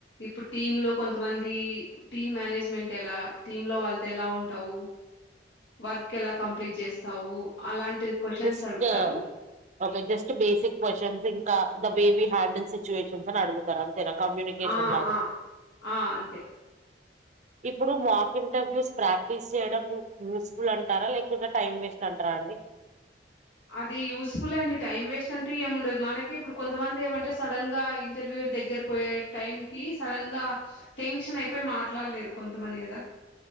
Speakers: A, on the left; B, on the right.
A: ఇప్పుడు టీమ్ లో కొంతమంది, టీమ్ మేనేజ్మెంట్ ఎలా టీమ్ లో వాళ్ళతో ఎలా ఉంటావు. వర్క్ ఎలా కంప్లీట్ చేస్తావు అలాంటి, క్వశ్చన్స్
B: నిష్ట
A: అడుగుతారు
B: ఒక జస్ట్ బేసిక్ క్వశ్చన్స్ ఇంకా the way we handle situations అని అడుగుతుంది. అంతేనా కమ్యునికేషన్
A: ఆ
B: లాగా,
A: ఆ ఆ అంతే
B: ఇప్పుడు మాక్ ఇంటర్వ్యూస్ ప్రాక్టీస్ చేయడం యూస్ఫుల్ అంటారా లేకుంట, టైం వేస్ట్ అంటారాండి
A: అది యూజ్ఫుల్ అండి టైం వేస్ట్ అంటూ ఏం ఉండదు మనకే ఇప్పుడు కొంతమంది ఏమంటే సడన్ గా ఇంటర్వ్యూ దగ్గర పోయే టైం కి సడన్ గా టెన్షన్ అయిపోయి మాట్లాడలేరు కొంతమంది కదా